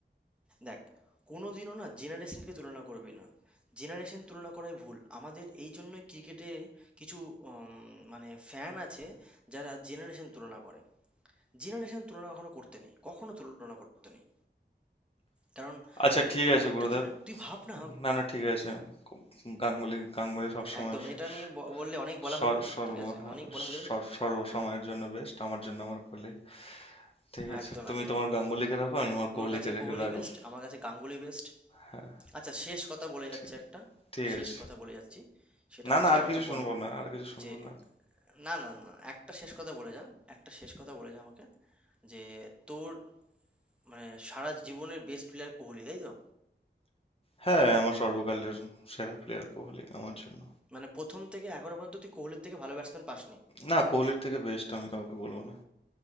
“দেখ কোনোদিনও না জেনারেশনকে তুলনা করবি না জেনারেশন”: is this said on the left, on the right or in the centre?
Centre